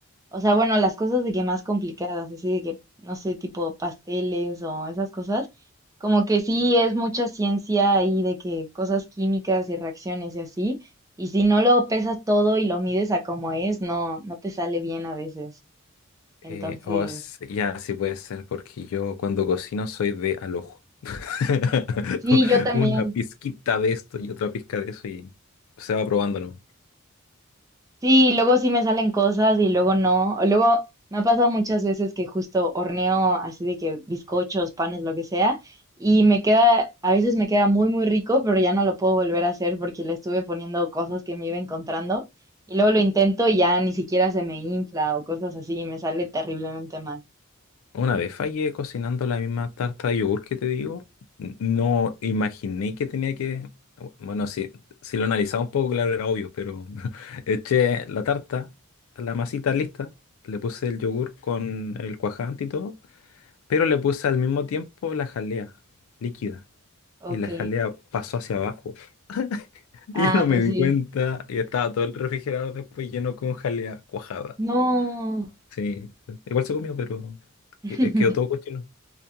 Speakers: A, on the right; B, on the left.
A: O sea, bueno, las cosas de que más complicadas, así de que, no sé, tipo pasteles o esas cosas, como que sí es mucha ciencia ahí de que cosas químicas y reacciones y así, y si no lo pesas todo y lo mides a como es, no, no te sale bien a veces.
B: Eh,
A: Entonces,
B: o s- ya, sí puede ser, porque yo cuando cocino soy de al ojo. <laughs>
A: sí, yo también.
B: Una pizquita de esto y otra pizca de eso y se va probándolo.
A: Sí, luego sí me salen cosas y luego no. O Luego me ha pasado muchas veces que justo horneo así de que bizcochos, panes, lo que sea, y me queda, a veces me queda muy, muy rico, pero ya no lo puedo volver a hacer porque le estuve poniendo cosas que me iba encontrando. Y luego lo intento y ya ni siquiera se me infla o cosas así y me sale terriblemente mal.
B: Una vez fallé cocinando la misma tarta de yogur que te digo, n- no imaginé que tenía que... Bueno, sí, si lo analizaba un poco, claro, era obvio, pero <laughs> eché la tarta, la masita lista, le puse el yogur con el cuajante y todo, pero le puse al mismo tiempo la jalea líquida y
A: Ok.
B: la jalea pasó hacia abajo. <laughs> Y
A: Ah,
B: yo no me
A: pues
B: di
A: sí.
B: cuenta y estaba todo el refrigerador después lleno con jalea cuajada.
A: No.
B: Sí, igual se comió, pero que-
A: <laughs>
B: quedó todo cochino.